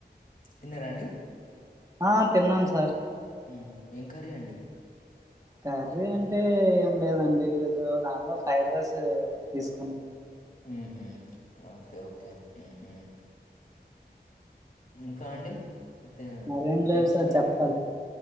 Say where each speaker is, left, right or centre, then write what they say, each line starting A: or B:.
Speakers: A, on the left (about 50°); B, on the right (about 20°).
A: తిన్నారా అండి.
B: ఆ తిన్నాను సార్
A: ఉహుమ్ ఏం కర్రీ అండి
B: కర్రీ అంటే ఏం లేదండి ఈరోజు నార్మల్ ఫ్రైడ్ రైస్ తీస్కోన్.
A: ఉహుమ్ ఓకే ఓకే ఉహుమ్ ఇంకా అండి తే
B: మరేం లేదు
A: ఏం ఇష్టమండి
B: సార్ చెప్పాలి
A: మీకు,